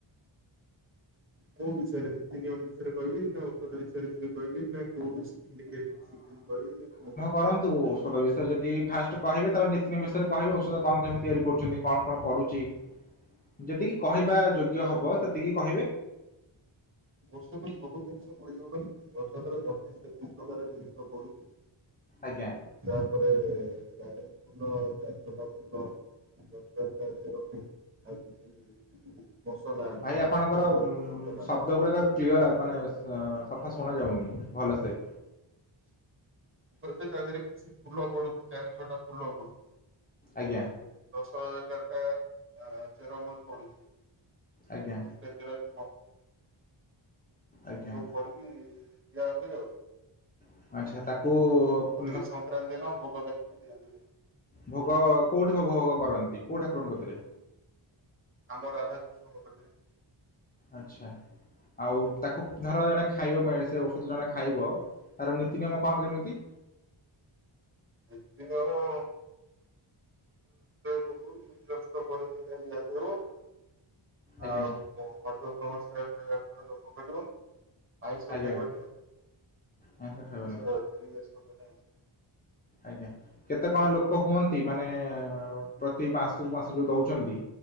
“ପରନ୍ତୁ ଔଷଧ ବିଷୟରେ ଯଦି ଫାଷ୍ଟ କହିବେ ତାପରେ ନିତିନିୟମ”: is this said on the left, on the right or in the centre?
Left